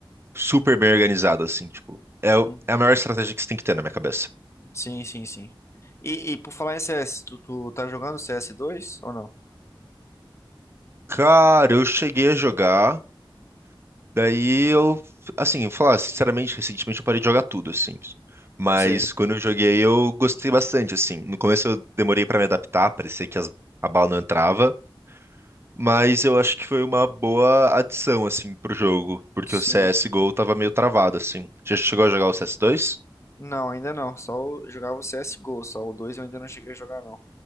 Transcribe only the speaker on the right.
super bem organizado, assim. Tipo, é, o-
é a maior estratégia que você tem que ter na minha cabeça.
Cara, eu cheguei a jogar. Daí eu, assim, eu falar, sinceramente, recentemente eu parei de jogar tudo, assim. Mas
quando eu joguei, eu gostei bastante, assim. No começo eu demorei pra me adaptar, parecia que as- a bala não entrava. Mas eu acho que foi uma boa adição, assim, pro jogo. Porque
o CSGO tava meio travado, assim. Já chegou a jogar o CS2?